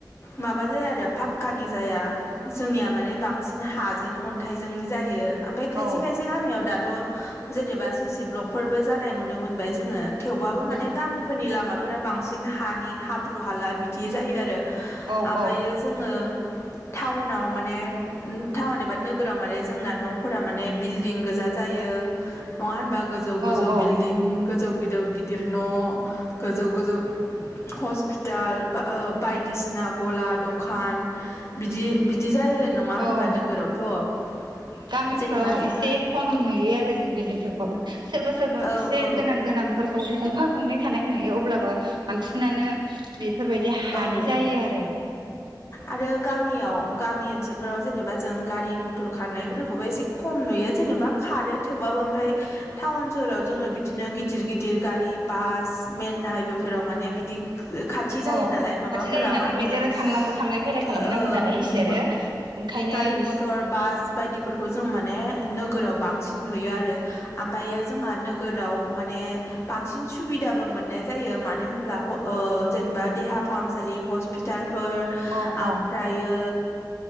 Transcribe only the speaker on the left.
माबा जाया आरो फाखकानि जाया आ जोंनिया माने बांसिन हाजों अन्थाइजोंनि जायो ओमफ्राय खायसे
खायसे गामियाव दाथ' जेनेबा सिसि ब्लकफोरबो जानाय नुनो मोनबाय जोङो। थेवबाबो माने
गामिफोरनि लामाफोरा बांसिन हानि हाब्रु हाला बिदि जायो आरो
ओमफ्रायो
जोङो टाउनाव माने उ टाउन एबा नोगोराव माने जोंना न'फोरा माने बिल्डिं गोजा जायो नङा होनबा गोजौ गोजौ
बिल्डिं गोजौ गिदौ गिदिर न' गोजौ गोजौ हस्पिटाल बा ओ बायदिसिना गला दखान बिदि बिदि जायो नङा होनबा
नोगोरावथ'
जेनेबा जोङो
औ
औ
औ
आरो गामियाव गामि ओनसोलफोराव जेनेबा जों गारि मथर खारनायफोरखौबो एसे खम नुयो जेनेबा खारो थेवबाबो ओमफ्राय टाउन सोहराव जोङो बिदिनो गिदिर गिदिर गारि बास मईन हाइवेफोराव माने बिदि खाथि जायो
नालाय माबाफोरा
मा होनो
ओ
बा
गारि
मथर बास बायदिफोरखौ जों माने नोगोराव बांसिन नुयो आरो आमफायो जोंहा नोगोराव माने बांसिन सुबिदाबो मोनाय जायो मानो होनब्ला ह ओ जेनेबा देहा फाहामसालि हस्पिताल फोर ओमफ्रायो